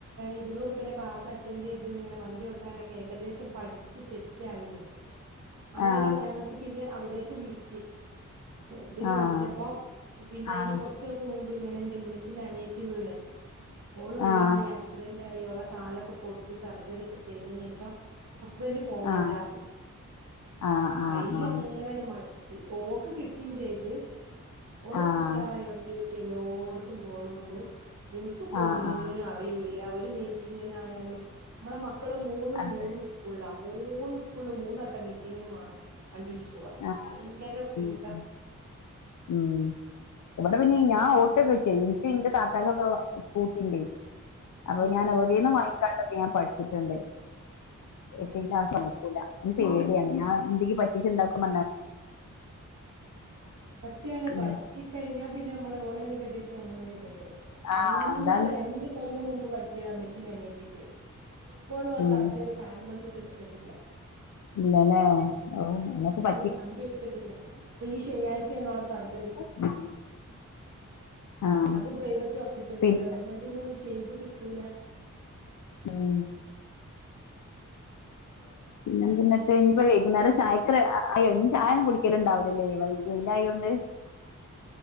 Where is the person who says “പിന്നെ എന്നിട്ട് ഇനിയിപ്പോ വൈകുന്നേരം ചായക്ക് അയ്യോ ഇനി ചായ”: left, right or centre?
Left